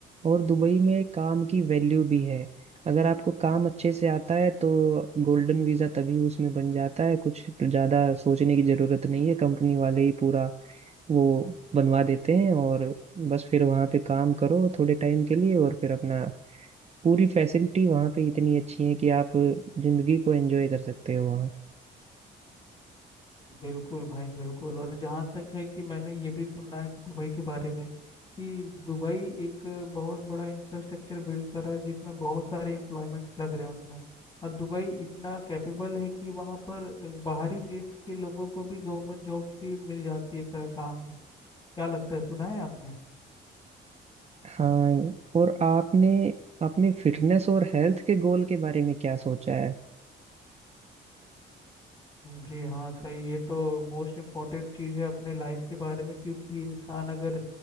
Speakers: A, on the right; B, on the left.
A: और दुबई में काम की वैल्यू भी है अगर आपको काम अच्छे से आता है तो गोल्डन वीजा तभी उसमें बन जाता है कुछ ज्यादा सोचने की जरूरत नहीं है कंपनी वाले ही पूरा वो बनवा देते हैं और बस फिर वहाँ पे काम करो थोड़े टाइम के लिए और फिर अपना पूरी फैसिलिटी वहाँ पे इतनी अच्छी है कि आप जिंदगी को एंजॉय कर सकते हो वहाँ
B: बिल्कुल भाई बिल्कुल और जहाँ तक है कि मैंने ये भी सुना है कि दुबई के बारे में कि दुबई एक बहुत बड़ा इंफ्रास्ट्रक्चर बिल्ड कर रहा है जिसमें बहुत सारे एम्प्लॉयमेंट्स लग रहे हैं उसमें और दुबई इतना कैपेबल है कि वहाँ पर बाहरी देश के लोगों को भी गवर्नमेंट जॉब्स की मिल जाती है का- काम क्या लगता है सुना है आपने
A: हाँ और आपने अपने फिटनेस और हेल्थ के गोल के बारे में क्या सोचा है
B: जी हाँ सही ये तो मोस्ट इम्पोर्टेंट चीज़ है अपने लाइफ के बारे में क्योंकि इंसान अगर